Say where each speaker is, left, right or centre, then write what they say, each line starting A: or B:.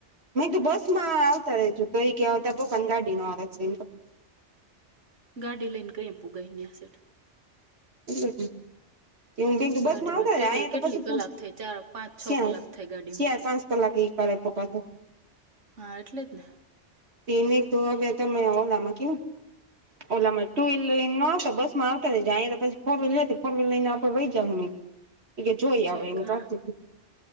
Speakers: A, on the right (about 60°); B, on the right (about 85°).
A: મેં કીધું તો બસ માં આવતા રેજુ તો એ કે, આવતા પપાને ગાડી માં આવે છે.
B: ગાડી લનને ક્રેમ પુગઈ નેયા સિક.
A: એ <inaudible> હું બીજી
B: ગાડીમાં
A: બસ માં આવતા
B: કેટલી
A: અંયા
B: કેટલી
A: તો પછી્યા
B: કલાક થઈ ચાર પાંચ છ
A: શ્યાાર
B: કલાક
A: <unintelligible>
B: થઈ ગાડીમાં
A: શ્યાર પાંચ કલાક એક તપકાત <inaudible>
B: હા એટલે જ ને,
A: તમ દો બે મે ઓલામાં ક ઓલામાં ટુ વ્હીલ લઈ ન બસ મા પછ ફોર્હીલ લ તો ફોર વહીલ લઈને આપડ રહી જાવ હું કે જોઈ
B: ઠીક
A: આવે એ
B: હા
A: કા <inaudible>